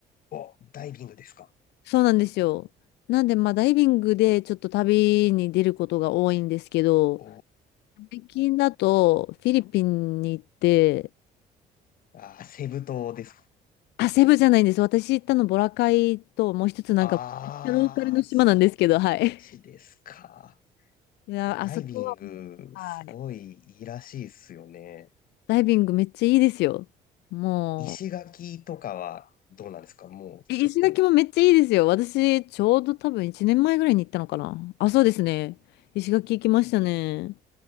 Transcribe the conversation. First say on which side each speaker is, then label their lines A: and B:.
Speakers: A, on the left (about 55°); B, on the left (about 85°).
A: お、ダイビングですか
B: そうなんですよ。なんでまあダイビングでちょっと旅に出ることが多いんですけど、
A: お
B: 最近だとフィリピンに行って、
A: ー。あー、セブ島ですか
B: あ、セブじゃないんです。私行ったのボラカイともう一つなんかめっちゃローカルの島なんですけど、
A: あー、そ
B: はい。<laughs>
A: しですか。
B: いや、
A: いや、ダイビング、
B: あそこはもう、はい。
A: すごいいいらしいっすよね。
B: ダイビングめっちゃいいですよ。もう、
A: 石垣とかはどうなんですかもう、
B: 石垣もめっちゃいいですよ。
A: ちょっと、
B: 私、ちょうど多分1年前ぐらいに行ったのかな。あ、そうですね。石垣行きましたね。